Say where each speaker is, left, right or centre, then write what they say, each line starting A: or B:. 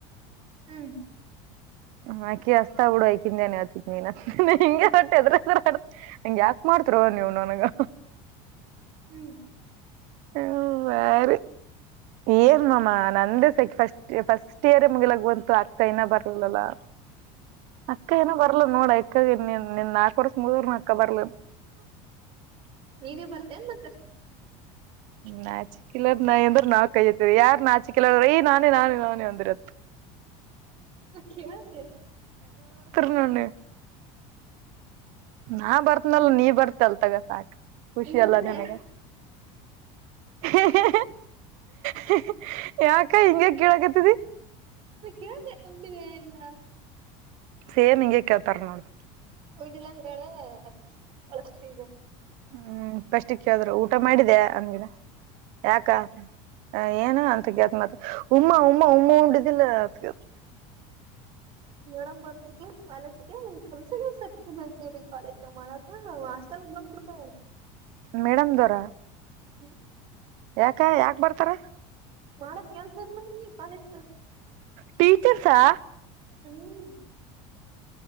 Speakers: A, on the right; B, on the right.
A: ಹ್ಮ್
B: ಹಾಕಿ ಹಸ್ತಾ ಬಿಡು ಐಕಿಂದನ್ ಹತಿದ್ ನೀನ್ ಹಿ ಹೊಟ್ಟ ಎದ್ರ ಎದ ಹ ಯಾಕ ಮಾಡಡ್ ತವಾಗಿ ನೀವುವನ್ನುನಗೆ
A: ಹ್ಮ್
B: ಹ್ಮ ವಾರೆ ಏನ್ ಮಮ್ಮ ನಂದೇ ಸಕ ಫಸ್ಟ್ ಫಸ್ಟ್ ಇಯರ್ ಮುಗಿಲಾಗುವಂತು ಅಕ್ಕೈನ ಬರ್ಲಲ್ಲಾ ಅಕ್ಕ ಏನೋ ಬರ್ಲ ನೋಡಾಯ್ತ ಅಕ್ಕನ್ ನಿನ್ ನಾಲ್ಕು ವರ್ಷ ಮುಗದರ್ ಅಕ್ಕ ಬರ್ಲ
A: ನೀನೇ ಬರ್ತ ಏನ್ ಮಂದೆ <inaudible>
B: ನಾಚಿಕಲರ್ ನಾಯಿ ಅಂದ್ರ ನಾವ್ ಕೈ ಹತ್ತೀರಿ ಯಾರ್ ನಾಚಿಕಿಲ್ಲಲರ್ ರೀ ನಾನೇ ನಾನೇ ನಾನೇ ಒಂದಿರತ್ತತ್
A: ಆಖೆಯ ಮರ
B: ರನ್ಣನೆ ನಾ ಬರ್ತ್ನಲ್ ನೀ ಬರ್ತಲ್ ತಗ ಸಾಕ್ ಖುಷಿ
A: ಹ್ಮ್
B: ಅಲ್ಲ
A: ಉಂಡೆ
B: ನನ್ಗ ಹ <unintelligible> ಯಾಕ ಹಿಂಗ ಕೀಳಕತ್ತದ
A: ನೀ ಕೇಳ್ದ ಉಂಡಿವ ಇಲ್ಲ
B: ಸೇಮ್ ಇಂಗ ಕ ತರ ನದು
A: ಹೋಗಿಲ್ಲ ಅಂದ್ರಾಳ ಬಳಸ್ತವೆ
B: ಹ್ಮ್ ಪಷ್ಟಿಕ್ಕೆ ಹೇಳಿದ್ರರು ಊಟ ಮಾಡಿದ್ದ ಅಮಗಿನ ಯಾಕ ಅ ಏನ ಅಂತ ಗತ್ ಮಾತ್ರ ಉಮ್ಮಾ ಉಮ್ಮಾ ಉಮ್ಮ ಉಂಡಿದಿಲ್ಲ ಅತ್ಗ
A: ನೋಡಮ್ ಬಂದಬಿಕ್ ಕಾಲೇಜ್ಗೆ ಕೆಲ್ಸಗಸಕ್ತಿ ನತವ್ರೀ ಕಾಲೇಜ್ ತಗ ಮಾಡಕ ನ ಆಸ್ ಬಂದುತ
B: ಮೇಡಮ್ ದವರ
A: ಹ್ಮ
B: ಯಾಕ ಯಾಕ ಬರ್ತಾರ
A: ಮಾಡಕ್ ಏನ್ಸರ್ಲ್ಲ ರೀ ಕಾಲಜರ್
B: ಟೀಚರ್ಸಾ
A: ಹ್ಮ್